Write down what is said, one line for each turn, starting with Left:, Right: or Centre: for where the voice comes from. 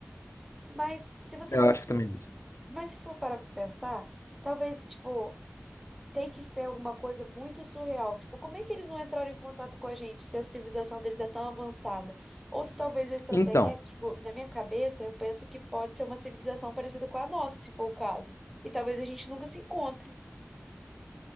Centre: Mas se você
Left: Eu
Centre: for,
Left: acho que também existe.
Centre: mas se for parar pra pensar, talvez, tipo, tem que ser alguma coisa muito surreal. Tipo, como é que eles não entraram em contato com a gente se a civilização deles é tão avançada? Ou se talvez extraterrestre,
Left: Então,
Centre: tipo, na minha cabeça, eu penso que pode ser uma civilização parecida com a nossa, se for o caso. E talvez a gente nunca se encontre.